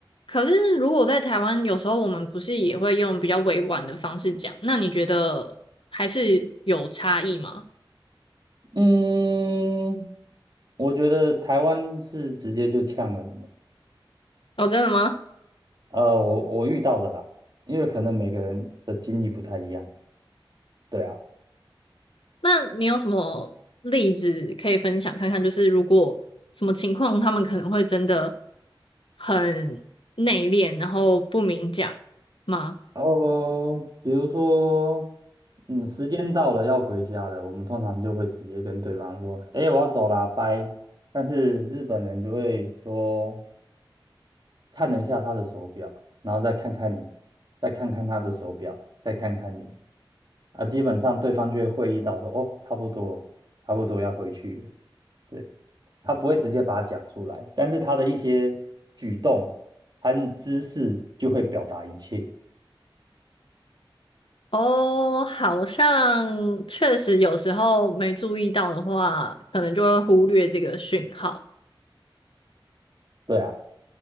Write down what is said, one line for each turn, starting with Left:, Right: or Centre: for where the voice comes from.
Left: 可是如果在台湾，有时候我们不是也会用比较委婉的方式讲，那你觉得还是有差异吗？
Right: 嗯，我觉得台湾是直接就呛人的，
Left: 哦，真的吗？
Right: 呃，我我遇到的啦，因为可能每个人的经历不太一样，对啊。
Left: 那你有什么例子可以分享看看？就是如果什么情况，他们可能会真的很内敛，然后不明讲吗？
Right: 然后比如说，嗯，时间到了要回家了，我们通常就会直接跟对方说，哎，我要走啦，拜。但是日本人就会说，看了一下他的手表，然后再看看你，再看看他的手表，再看看你，啊，基本上对方就会会意到说，哦，差不多，差不多要回去了。对，他不会直接把它讲出来，但是他的一些举动和姿势就会表达一切。
Left: 哦，好像确实有时候没注意到的话，可能就会忽略这个讯号。
Right: 对啊，